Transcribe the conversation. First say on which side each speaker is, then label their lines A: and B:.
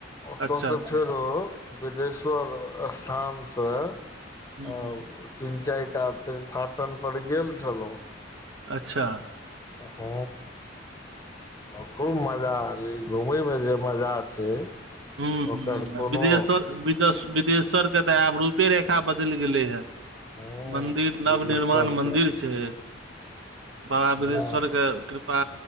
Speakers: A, on the left (about 15°); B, on the right (about 80°).
A: ओतयसँ
B: अच्छा अच्छा
A: फेरो बिदेश्वर स्थान सँ
B: हूँ
A: आ
B: हूँ
A: तीन चारिटा थकर पर गेलेल छल।
B: अच्छा
A: ह खूब मजा। घुमयमे जे मजा छै
B: ह
A: ओकर कोनो
B: ह बिदेश्वर बिदेश्वरके तऽ आब रूपे रेखा बदलि गेलै हे।
A: हँ
B: मंन्दिर
A: बिदेश्वरके
B: नव निर्माण मन्दिर छै बाबा बिदेश्वर
A: हँ
B: के कृपा